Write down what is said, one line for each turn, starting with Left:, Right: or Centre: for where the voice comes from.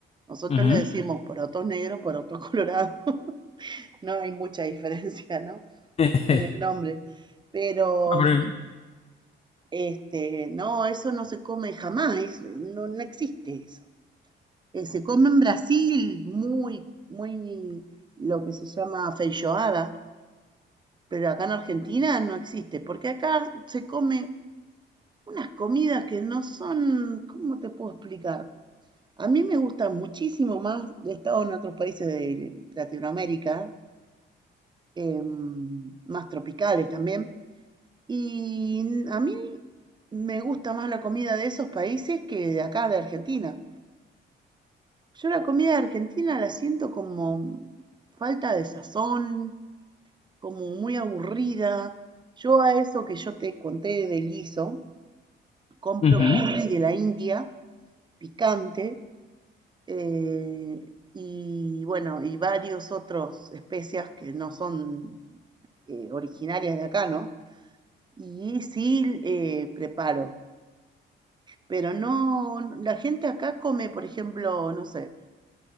Right: nosotros
Left: Ujú,
Right: les decimos porotos negros, porotos colorados. <laughs> No hay mucha diferencia, ¿no?
Left: <laughs>
Right: En el nombre. Pero,
Left: Ah, pero
Right: este, no, eso no se come jamás, es- no, no existe eso. Eh, se come en Brasil muy, muy lo que se llama feijoada, pero acá en Argentina no existe, porque acá se come unas comidas que no son, ¿cómo te puedo explicar? A mí me gusta muchísimo más, he estado en otros países de Latinoamérica, em, más tropicales también, y a mí me gusta más la comida de esos países que de acá, de Argentina. Yo la comida de Argentina la siento como falta de sazón, como muy aburrida. Yo a eso que yo te conté del guiso, compro
Left: ujú.
Right: curry de la India, picante, eh, y bueno, y varios otros especies que no son eh, originarias de acá, ¿no? Y sí eh, preparo, pero no, no, la gente acá come, por ejemplo, no sé,